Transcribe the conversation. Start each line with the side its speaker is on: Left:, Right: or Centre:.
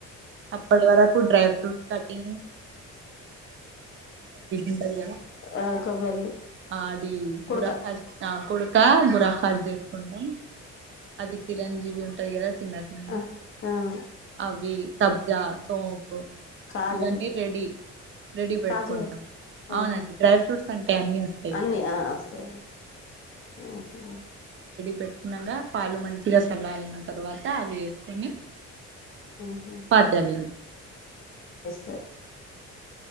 Right: అ పడవాకు డై ఫ్రూట్స్ కాటి ఉంటది కదా
Left: ఆ హమ్ కొబ్బరి
Right: ఆ అది
Left: కుడుక
Right: బురాఖాస్ కుడుక బురాఖాజ చేసుకుంటాం అది పిర పంజీవి ఉంటంది కదా తిన్న తిన్నది
Left: ఆ ఆ
Right: అవి సబ్జా సోపు
Left: కాజు
Right: ఇవన్నీ రెడీ రెడీ పెట్టుకుంటాం
Left: కాజు ఆహా
Right: అవునండి డ్రై ఫ్రూట్స్ అంటే అన్నీ వస్తాయి
Left: అన్నీ
Right: కదా!
Left: ఒక్కసారి ఆహా
Right: పెట్టినగా పాలు మంచిగా చల్లాలిన తర్వాత అవి వేసుకొని
Left: ఆహా
Right: పాతాల
Left: స